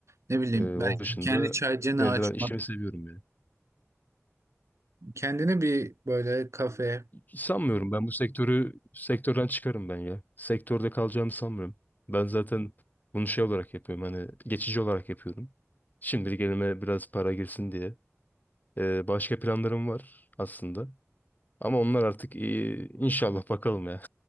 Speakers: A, on the right; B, on the left.
A: ne bileyim
B: E, onun
A: belki
B: dışında
A: kendi çaycını
B: yine
A: açmak,
B: de ben işimi seviyorum yani.
A: kendine bir böyle kafe.
B: E, sanmıyorum ben bu sektörü sektörden çıkarım ben ya. Sektörde kalacağımı sanmıyorum. Ben zaten bunu şey olarak yapıyorum hani geçici olarak yapıyorum. Şimdilik elime biraz para girsin diye. Ee, başka planlarım var aslında. Ama onlar artık iyi. inşallah bakalım ya.